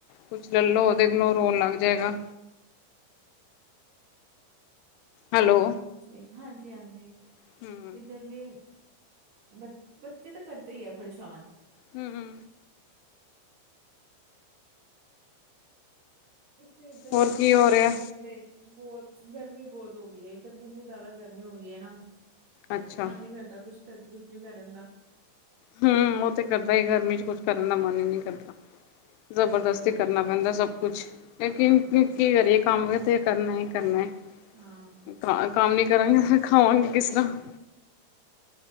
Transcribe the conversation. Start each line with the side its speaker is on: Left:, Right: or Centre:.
Left: ਕੁਛ ਲੈਲੋ ਉਹਦੇ ਕੋਲੋਂ ਰੋਣ ਲੱਗ ਜਾਏਗਾ। ਹੈਲੋ
Right: <unintelligible> ਹਾਂਜੀ-ਹਾਂਜੀ,
Left: ਹੂੰ।
Right: ਇੱਧਰ ਵੀ ਬ ਬੱਚੇ ਤਾਂ ਕਰਦੇ ਈ ਆ ਪਰੇਸ਼ਾਨ।
Left: ਹੂੰ, ਹੂੰ।
Right: ਤੇ ਇੱਧਰ
Left: ਹੋਰ
Right: ਨਾ
Left: ਕੀ ਹੋ
Right: ਸਾਡੇ
Left: ਰਿਹਾ
Right: ਕਮਰੇ ਬੋ ਗਰਮੀ ਬਹੁਤ ਹੋ ਗਈ ਏ ਇੱਧਰ ਵੀ ਇੰਨੀ ਜ਼ਿਆਦਾ ਗਰਮੀ ਹੋ ਗਈ ਐ ਨਾ।
Left: ਅੱਛਾ।
Right: ਮਨ ਨੀ ਕਰਦਾ ਕੁੱਛ <unintelligible> ਕੁਛ ਵੀ ਕਰਨ ਦਾ।
Left: ਹੂੰ, ਉਹ ਤੇ ਕਰਦਾ ਹੀ ਗਰਮੀ ਚ ਕੁਛ ਕਰਨ ਦਾ ਮਨ ਹੀ ਨੀ ਕਰਦਾ, ਜ਼ਬਰਦਸਤੀ ਕਰਨਾ ਪੈਂਦਾ ਸਭ ਕੁੱਛ। ਲੇਕਿਨ
Right: ਹਾਂ।
Left: ਕੀ ਕਰੀਏ ਕੰਮ ਤੇ ਕਰਨਾ ਈ ਕਰਨਾ ਐ
Right: ਹਾਂ
Left: ਕੰਮ ਨੀ ਕਰਾਂਗੇ ਫਿਰ ਖਾਵਾਂਗੇ ਕਿਸ ਤਰ੍ਹਾਂ?